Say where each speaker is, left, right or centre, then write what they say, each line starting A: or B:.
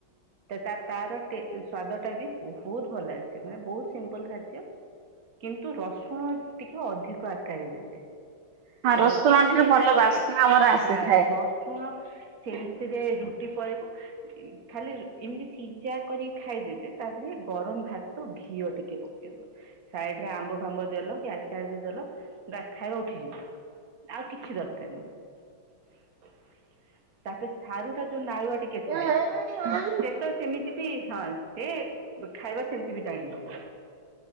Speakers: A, on the right; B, on the right.
A: ତ ତା ତାର ଟେ-ସ୍ଵାଦ ଟା ବି ବହୁତ ଭଲ ଆସେ। ମାନେ ବହୁତ ସିମ୍ପଲ ଖାଦ୍ୟ। କିନ୍ତୁ ରସୁଣ ଟିକେ ଅଧିକ ଆକାରରେ ଦେବେ।
B: ହଁ
A: ରସୁଣ
B: ଠାରୁ
A: ହିଁ
B: ଭଲ
A: ତା
B: ବାସ୍ନା ଆମର ଆସିଥାଏ।
A: ବାସ୍ ରସ ସୁଣ ସେ ଭିତରେ ରୁଟି ପଳେଇବ। ଏ ଖାଲି ଏମିତି ସିଜା କରି ଖାଇଦେବେ ତା ଦେହରେ ଗରମ ଭା ଭାତ ଘିଅ ଟିକେ ପ କେଇଦବ। ସାଇଡ଼ ରେ ଆମ୍ବ ଫାମ୍ବ ଦେଲ କି ଆଚାର ଦେଇ ଦେଲ ବାସ୍ ଖାଇବା ଉଠିଯିବ। ଆଉ କିଛି ଦରକାର ନାହିଁ। ତାପରେ ସାରୁ ଟା ଯୋଉ ନାଳୁଆ ଟିକ କେ
B: ହଁ
A: ଥାଏ, ସେଟା ତ ସେମିତି ବି ହଁ ସେ ଉ, ବ-ଖାଇବା ସେମ ସେ ବି ଟାଣି ନବ,